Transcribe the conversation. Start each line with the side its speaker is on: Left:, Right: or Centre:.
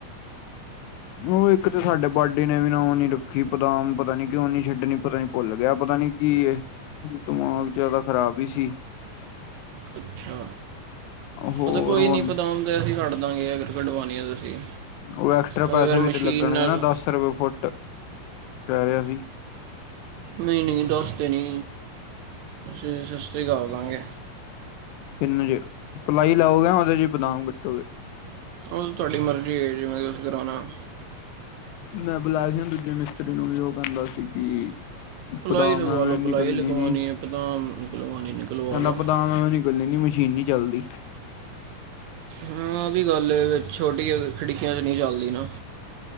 Left: ਉਹ ਇੱਕ ਤਾਂ ਸਾਡੇ ਬਾਡੀ ਨੇ ਵੀ ਨੀ ਪੱਖੀ ਬਦਾਮ ਪਤਾ ਨੀ ਕਿਉ ਨਹੀਂ ਛੱਡਣੀ ਪਤਾ ਨੀ ਭੁੱਲ ਗਿਆ ਪਤਾ ਨੀ ਕੀ ਇਹ ਦਿਮਾਗ ਜਿਆਦਾ ਖ਼ਰਾਬ ਹੀ ਸੀ।
Right: ਅੱਛਾ
Left: ਹੋਰ
Right: ਓਹ ਤਾਂ ਕੋਈ
Left: ਹੁਣ
Right: ਨੀ ਬਦਾਮ ਤੇ ਅਸੀ ਕਢ ਦਾਂਗੇ ਅਗਰ ਕਢਵਾਣੀਆਂ ਅਸੀ
Left: ਉਹ ਐਕਸਟਰਾ
Right: ਅਗਰ
Left: ਪੈਸੇ ਵੀ
Right: ਮਸ਼ੀਨ
Left: ਤੇ ਲੱਗਣਗੇ
Right: ਨਾਲ।
Left: ਨਾ ਦਸ ਰੁਪਏ ਫੁੱਟ ਕਹਿ ਰਿਹਾ ਸੀ
Right: ਨਈ ਨਈ ਜੀ ਦੱਸ ਤੇ ਨੀ। ਅਸੀ ਸਸਤੀ ਕਾਲ ਦਾਂਗੇ।
Left: ਕਿੰਨ ਜੇ ਪਲਾਈ ਲਾਓਗੇ ਯਾਂ ਓਹਦੇ ਚ ਬਦਾਮ ਕੱਟੋਗੇ।
Right: ਓ ਤੇ ਤੁਹਾਡੀ ਮਰਜ਼ੀ ਏ ਜਿਵੇਂ ਤੁਸੀਂ ਕਰਾਉਣਾ।
Left: ਮੈਂ ਬੁਲਾਇਆ ਸੀ ਹੁਣ ਦੂਜੇ ਮਿਸਤਰੀ ਨੂੰ ਵੀ ਓਹ ਕਹਿੰਦਾ ਸੀ ਕਿ
Right: ਪਲਾਈ
Left: ਬਦਾਮ
Right: ਲਗਵਾ
Left: ਐਵੇਂ
Right: ਲਓ
Left: ਨਿਕਲਣੀ
Right: ਪਲਾਈ ਲਗਵਾਉਣੀ
Left: ਨੀ
Right: ਹੈ ਪਦਾਮ ਨਿਕਲਵਾਉਣੀ ਨਿਕਲਵਾ
Left: ਕਹਿੰਦਾ
Right: ਲਓ
Left: ਬਦਾਮ ਐਵੇਂ ਨਿਕਲਣੀ ਨੀ ਮੁਸ਼ ਸੀ਼ਨੀ ਚਲਦੀ।
Right: ਹਾਂ ਔ ਵੀ ਗੱਲ ਏ ਦੇ ਛੋਟੀ ਜ ਖਿੜਕੀਆਂ ਚ ਨਈ ਚੱਲਦੀ ਨਾ।